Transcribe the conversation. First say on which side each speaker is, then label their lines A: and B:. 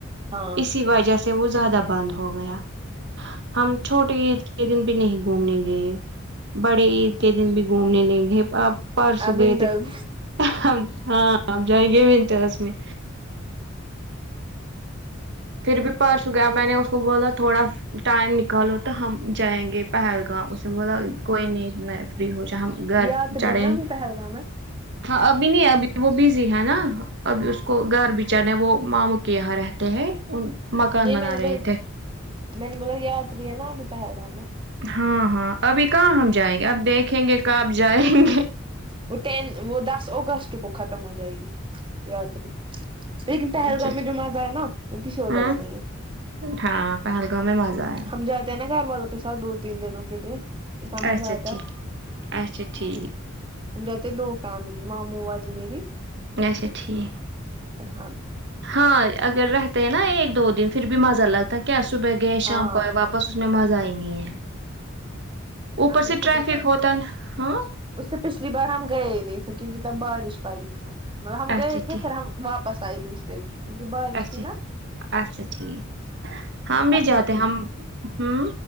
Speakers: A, on the right; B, on the right.
A: ہاں
B: اسی وجہ سے وہ زیادہ بند ہو گیا ہم چھوٹے عید کے دن بھی نہیں گھومنے گئے بڑے عید کے دن بھی گھومنے نہیں گئے پر پرسوں
A: اب
B: گئے
A: ونٹرز
B: تھے ہاں اب جائیں گے ونٹس میں پھر بھی پرس گیا اب میں نے اس کو بولا تھوڑا ٹائم نکالو تو ہم جائیں گے پہلگام اس میں سے بولا کوئی نہیں میں فری ہو جائے ہم گھر
A: یاتری
B: چڑھیں
A: ہے نا ابھی پہلگام میں
B: ہاں ابھی نہیں ابھی وہ بزی ہے نا ابھی اس کو گھر بھی جانا ہے وہ ماموں کے یہاں رہتے ہیں ان مکان
A: نہیں
B: بنا
A: میں
B: رہے
A: ب
B: تھے
A: م نے بولا یاتری ہے ن آب بھی پہلگام میں
B: ہاں ہاں ابھی کہاں ہم جائیں گے اب دیکھیں گے کب جائیں
A: وہ ٹین وہ دس اگستٹ کو ختم ہو جائے گی یا تبھی لیکن پہلگام
B: اچھا
A: میں جو مزہ ہے نا وہ کسی
B: اچھا
A: اور جگہ نہیں ہے
B: ہاں پہلگام میں مزہ ایا
A: ہم جاتے نا گھر والوں کے سھ دو تین دنوں کے لیے اتنا
B: اچھا
A: مزہ آتا
B: ٹھیک
A: ہے
B: اچھا ٹھیک
A: ہم جاتے ہیں دو فیملی ماموں والی میری
B: اچھا ٹھیک
A: اور ہم
B: ہاں اگر رہتے ہیں نا ایک دو دن پھر بھی مزہ لگتا ہے کیا صبح گئے
A: ہاں
B: شام کو آئے واپ اس میں مزہ ہی نہیں ہے اوپر
A: ہم نے سے
B: ٹریفک
A: پہٹ
B: ہوتا ہے نا ہاں
A: اس سے پچھلی بار ہم گئے ہی نہیں تھے کیونکہ تب بارش پڑی تھی مطلب ہم
B: اچھا
A: گئے تھے
B: ٹھیک
A: پھر ہم واپس آئیے دوسرے دن کیونکہ بارش
B: اچھا
A: تھی نا
B: اچھا ٹھیک ہم بھی
A: اب پچھلی
B: جاتے ہم ہوں